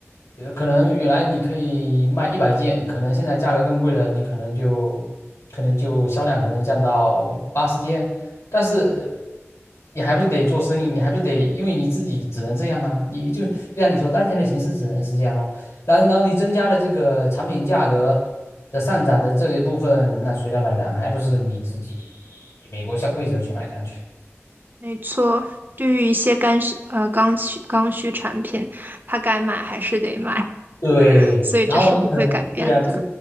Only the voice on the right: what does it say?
没错，对于一些刚需呃刚需刚需产品，它该买还是得买，
所以这是不会改变的。